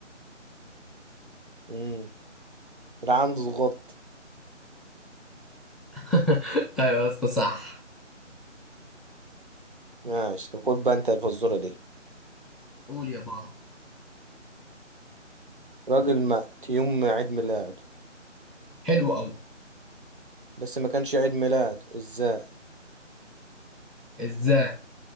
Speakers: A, on the right; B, in the centre.
A: امم العمد عنده ضغط
B: <laughs> ايوه يا اسطى صح
A: ماشي طب خد بقى انت الفزوره دي
B: قول يا بابا
A: راجل مات يوم عيد ميلاده
B: حلو قوي
A: بس ما كانش عيد ميلاده ازاي
B: ازاي؟